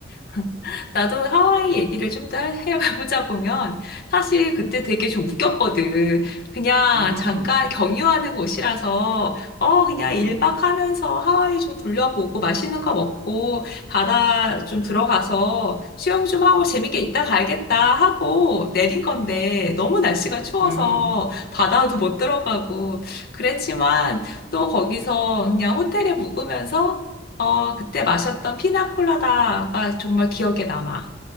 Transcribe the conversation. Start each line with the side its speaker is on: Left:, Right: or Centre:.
Left: <laughs> 나도 하와이 얘기를 좀 더 해보자 보면 사실 그때
Right: 음,
Left: 되게 좀 웃겼거든. 그냥
Right: 음,
Left: 잠깐 경유하는 곳이라서 어 그냥
Right: 음.
Left: 1박 하면서 하와이 좀 둘러보고 맛있는 거 먹고 바다 좀 들어가서 수영 좀 하고 재밌게 있다 가야겠다 하고 내린 건데 너무 날씨가 추워서
Right: 음,
Left: 바다도 못 들어가고 그랬지만 또 거기서 그냥 호텔에 묵으면서 어, 그때 마셨던 피나콜라다가 정말 기억에 남아.